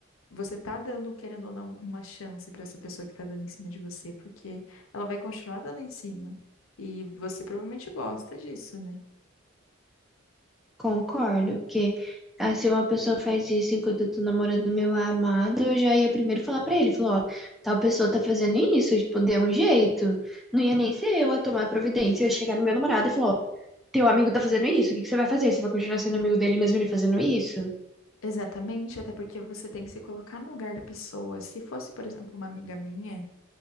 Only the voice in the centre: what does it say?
Concordo, porque ah, se uma pessoa faz isso enquanto eu tô namorando meu amado, eu já ia primeiro falar pra ele, falou, ó, tal pessoa tá fazendo isso, tipo, dê um jeito. Não ia nem ser eu a tomar providência, eu ia chegar no meu namorado e falar, ó, teu amigo tá fazendo isso, o que que você vai fazer? Você vai continuar sendo amigo dele mesmo ele fazendo isso?